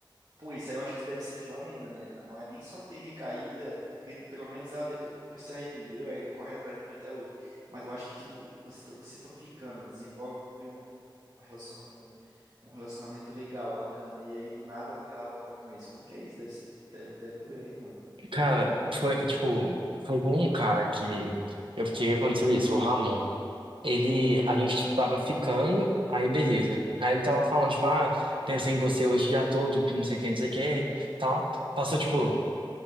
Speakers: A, on the right; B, on the right.
A: Pô, isso aí eu acho que deve ser pior ainda, né? Não é nem só ter recaída, porque pelo menos ela depois se arrependeu e ainda corre atrás de mim até hoje. Mas eu acho que, tipo, vocês t- vocês estão ficando, desenvolve um, um, um relaciona- um- um relacionamento legal, bacana, e aí do nada ela volta com esse. Como que é isso? Deve, se- deve, deve doer, hein, mano?
B: Cara, foi, tipo, foi com um cara que eu fiquei que aconteceu isso, o Ramon. Ele,
A: Ah,
B: a gente, tipo, tava ficando, aí beleza. Aí ele tava falando, tipo, ah, pensei em você hoje o dia todo, que não sei o que, não sei o que, tal. Passou, tipo,